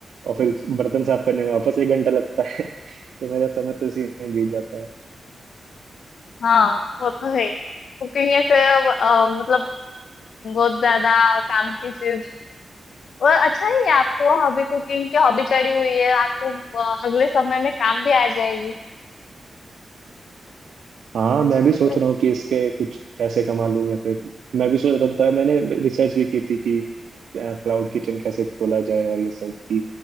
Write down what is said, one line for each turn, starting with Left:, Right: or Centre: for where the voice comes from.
Right: और फिर बर्तन साफ करने में वापस एक घंटा लगता है <laughs> तो मेरा समय तो इसी में बीत जाता है
Left: हाँ वो तो है कुकिंग ऐसे अ, अ, मतलब बहुत ज्यादा काम की चीज और अच्छा ही है आपको हॉबी कुकिंग की हॉबी चढ़ी हुई है आपको अ, अगले समय में काम भी आ जाएगी
Right: हाँ
Left: अच्छा
Right: मैं भी
Left: अच्छा
Right: सोच रहा हूँ कि इसके कुछ पैसे कमा लूँ या फिर मैं भी सोच रहा था मैंने रिसर्च भी की थी कि क्लाउड किचन कैसे खोला जाए और ये सब की